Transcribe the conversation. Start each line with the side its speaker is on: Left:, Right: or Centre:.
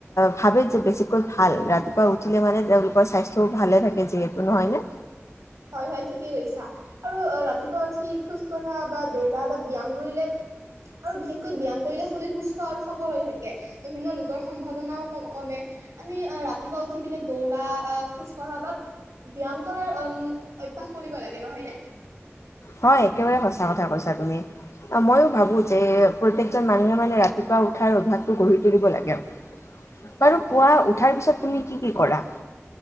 Left: ভাবে যে বেছিকৈ ভাল ৰাতিপুৱা উ। উঠিলে মানে তেওঁলোকৰ স্বাস্থ্যও ভালে থাকে যিহেতু নহয় ন।
Right: হয় হয় ঠিকেই কৈছা আৰু ৰাতিপুৱা উঠি খোজ কঢ়া বা দৌৰা বা ব্য্য়ায়াম কৰিলে। আৰু বিশেষকৈ ব্যায়াম কৰিলে। ৰি সুস্থ আৰু সবল হৈ থাকে। বিভিন্ন ৰোগৰ সম্ভাৱনাও। কমে। আমি অ ৰাতিপুৱা উঠি পিনে দৌৰা। আহ খোজ কঢ়া বা। ব্যায়াম কৰাৰ উম। অভ্যয়াস কৰিব লাগে নহয় নে?
Left: হয়। একেবাৰে সঁচা কথা কৈছা তুমি। অ মইো ভাবো যে। প্ৰত্যেকজন মানুহে মানে ৰাতিপুৱা উঠাৰ অভ্যাসটো গঢ়ি তুলিব লাগে। বাৰু পুৱা উঠাৰ পিছত তুমি কি কি কৰা।